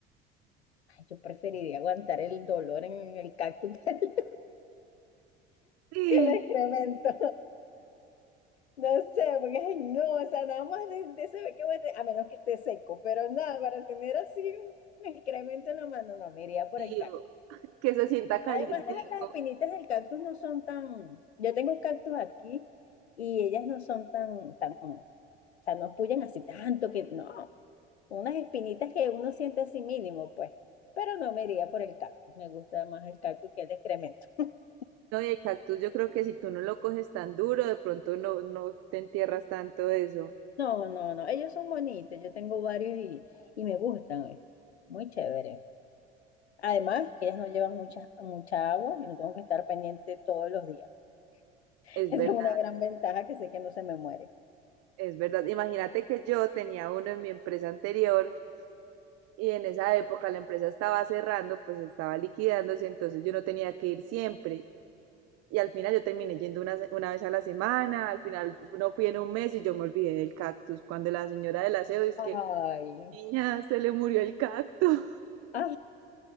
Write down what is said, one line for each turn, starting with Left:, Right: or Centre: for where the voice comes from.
Left: ay, yo preferiría aguantar el dolor en el cactus <laughs> que el,
Right: Sí,
Left: que el excremento, no sé, porque, ay, no, o sea, nada más de, de saber que voy a tener, a menos que esté seco, pero nada, para tener así un excremento en la mano, no, me iría por
Right: tío,
Left: el cactus.
Right: que se sienta calientico.
Left: Además, la- las espinitas del cactus no son tan. Yo tengo un cactus aquí y ellas no son tan, tan, o sea, no pullan así tanto que no. Son unas espinitas que uno siente así mínimo, pues. Pero no me iría por el cactus. Me gusta más el cactus que el excremento. <laughs>
Right: No, y el cactus yo creo que si tú no lo coges tan duro, de pronto no, no te entierras tanto de eso.
Left: No, no, no. Ellos son bonitos. Yo tengo varios y, y me gustan, ¿viste? Muy chévere. Además, que ellas no llevan mucha, mucha agua y no tengo que estar pendiente todos los días. <laughs>
Right: Es
Left: Esa
Right: verdad,
Left: es una gran ventaja que sé que no se me muere.
Right: es verdad. Imagínate que yo tenía uno en mi empresa anterior y en esa época la empresa estaba cerrando, pues estaba liquidándose, entonces yo no tenía que ir siempre. Y al final yo terminé yendo una, una vez a la semana, al final no fui en un mes y yo me olvidé del cactus. Cuando la señora del aseo dice
Left: Ay.
Right: que, niña, se le murió el cactus.
Left: Ajá,